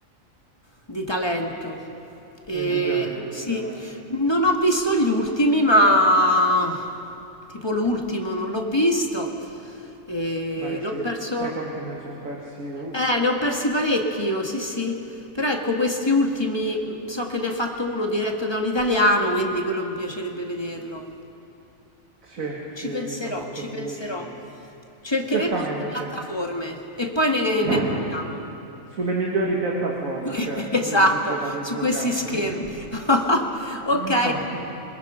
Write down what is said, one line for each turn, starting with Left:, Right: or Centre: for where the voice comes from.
Left: di talento. E,
Right: indubbiamente, indubbiamente.
Left: <laughs> sì, non ho visto gli ultimi, ma tipo l'ultimo non l'ho visto. E
Right: Beh, sì,
Left: l'ho perso.
Right: sai quanti me ne sono persi io? Uff,
Left: Eh, ne ho persi parecchi io, sì, sì. Però ecco, questi ultimi, mh, so che ne ha fatto uno diretto da un italiano, quindi quello mi piacerebbe vederlo.
Right: sì, sì,
Left: Ci
Right: è
Left: penserò,
Right: ritornato
Left: ci
Right: sulle
Left: penserò.
Right: scene.
Left: Cercheremo
Right: Certamente,
Left: sulle piattaforme e poi ne,
Right: <laughs>
Left: ne parliamo.
Right: sulle migliori piattaforme,
Left: <laughs>
Right: certo,
Left: Esatto,
Right: come si diceva dei
Left: su
Right: giocattoli.
Left: questi schermi.
Right: <laughs>
Left: <laughs> Ok,
Right: Sì, infatti,